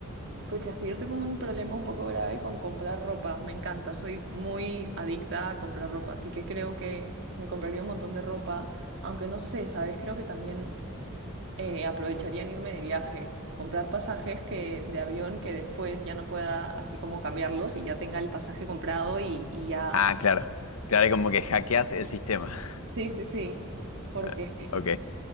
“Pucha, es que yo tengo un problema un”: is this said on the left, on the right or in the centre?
Right